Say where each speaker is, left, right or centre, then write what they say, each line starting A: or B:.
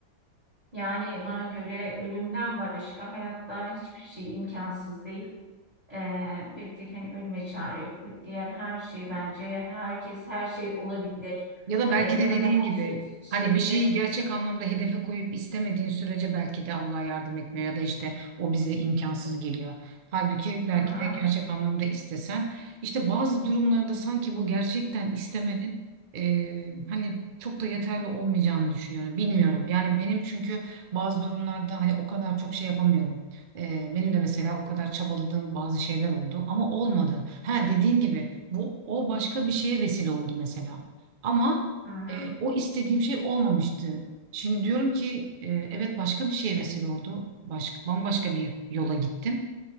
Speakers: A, on the right (about 20°); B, on the right (about 65°).
A: Yani bana göre ölümden başka hayatta hiçbir şey imkansız değil. Ee, bir tek hani ölüme çare yok. Diğer her şey bence herkes her şey olabilir.
B: Ya da belki
A: Ee, bir
B: de
A: anda
B: dediğin
A: her
B: gibi
A: şey değişebilir.
B: hani bir şeyi gerçek anlamda hedefe koyup istemediğin sürece belki de Allah yardım etmiyor ya da işte o bize imkansız geliyor. Halbuki belki
A: Hı hı,
B: de gerçek anlamda istesen işte bazı durumlarda sanki bu gerçekten istemenin eee, hani çok da yeterli olmayacağını düşünüyorum. Bilmiyorum yani benim çünkü bazı durumlarda hani o kadar çok şey yapamıyorum. Eee, benim de mesela o kadar çabaladığım bazı şeyler oldu ama olmadı. Ha dediğin gibi bu o başka bir şeye vesile oldu mesela. Ama
A: hı hı.
B: e, o istediğim şey olmamıştı. Şimdi diyorum ki e, evet başka bir şeye vesile oldu. Başka, bambaşka bir yola gittim.